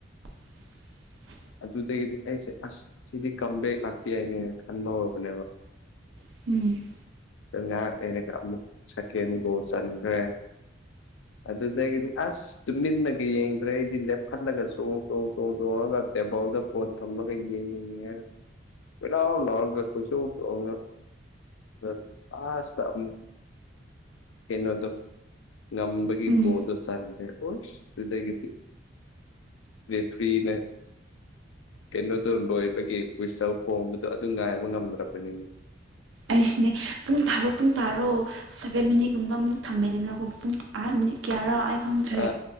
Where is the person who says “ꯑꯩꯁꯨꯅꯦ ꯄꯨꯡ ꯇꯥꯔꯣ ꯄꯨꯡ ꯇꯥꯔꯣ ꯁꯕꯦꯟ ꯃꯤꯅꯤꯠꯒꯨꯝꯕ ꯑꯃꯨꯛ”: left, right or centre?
Right